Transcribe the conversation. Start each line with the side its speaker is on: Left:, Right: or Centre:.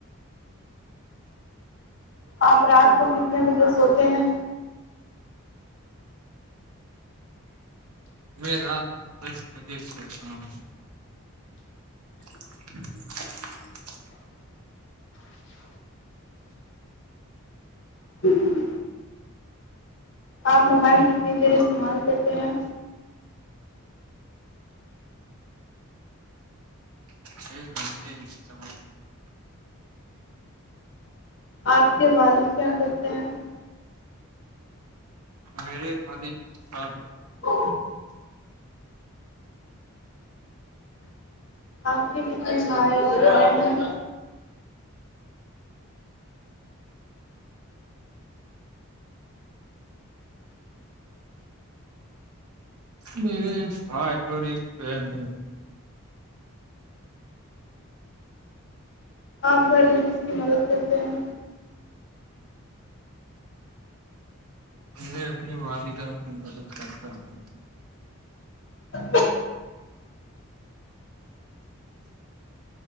Left: آپ رات کو کتنے بجے سوتے ہیں
Right: میں رات دس بجے سے ش ہوں ہ
Left: جی جی جی آپ موبائل کتنی دیر استعمال کرتے ہیں
Right: ٹ ہے ی چ ہ
Left: آپ کے والد کیا کرتے ہیں
Right: میرے والد صحب ہیں
Left: ا آپ کے کتنے بھائی اور بہن ہیں
Right: میرے بھائی اور ایک بہن ہے
Left: آپ گھر میں کس کی مدد کرتے ہیں
Right: میں اپنی والدہ کی مدد کرتا ہوں
Left: ا